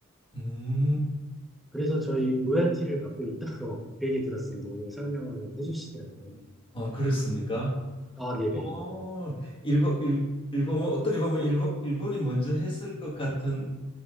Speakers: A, on the left; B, in the centre.
A: 음,
B: 그래서 저희 로열티를 받고 있다고 <laughs> 그 얘기 들었습니다. 오늘 설명을 해주시더라고요.
A: 아, 그렇습니까?
B: 아, 네네.
A: 어, 일본, 일, 일본, 어떻게 보면 일본, 일본이 먼저 했을 것 같은